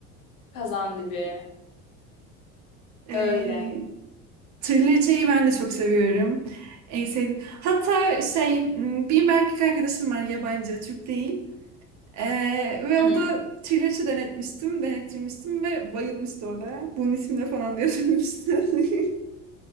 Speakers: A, on the left (about 60°); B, on the right (about 50°).
A: Kazandibi.
B: Ee,
A: Öyle.
B: thriller şeyi ben de çok seviyorum. En sevdiğim. Hatta şey hmm, benim bir erkek arkadaşım var yabancı Türk değil. Ee, ve
A: Hı
B: o
A: hı.
B: da Triller'i denetmiştim, denettirmiştim ve bayılmıştı o da. Bunun ismi ne falan diye sormuştu. <laughs>